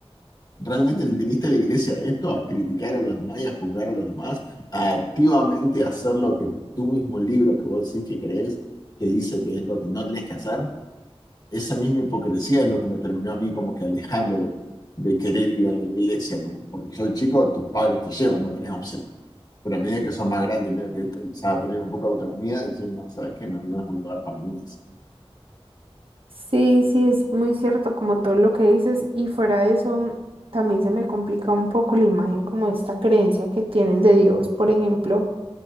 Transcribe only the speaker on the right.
Sí, sí, es muy cierto como todo lo que dices y fuera de eso también se me complica un poco la imagen como esta creencia que tienen de Dios, por ejemplo.